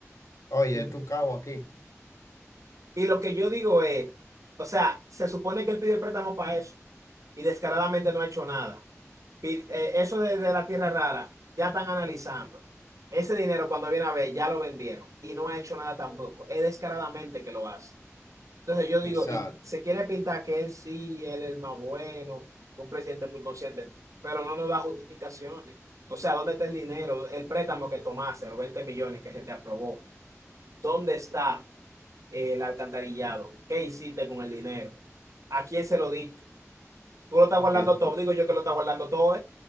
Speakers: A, on the left (about 80°); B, on the right (about 80°).
A: Oye,
B: Ujú.
A: esto es un cabo aquí.
B: Y lo que yo digo es, o sea, se supone que él pidió el préstamo para eso y descaradamente no ha hecho nada. Pi- eh, Eso de, de la tierra rara, ya están analizando. Ese dinero cuando viene a ver, ya lo vendieron y no ha hecho nada tampoco. Es descaradamente que lo hace. Entonces yo digo,
A: Exacto.
B: y se quiere pintar que él sí, él es el más bueno, un presidente muy consciente, pero no nos da justificaciones. O sea, ¿dónde está el dinero? El préstamo que tomaste, los 20 millones que se te aprobó. ¿Dónde está eh, el alcantarillado? ¿Qué hiciste con el dinero? ¿A quién se lo diste? ¿Tú lo estás
A: Aquí
B: guardando
A: es-
B: todo? Digo yo que lo estás guardando todo,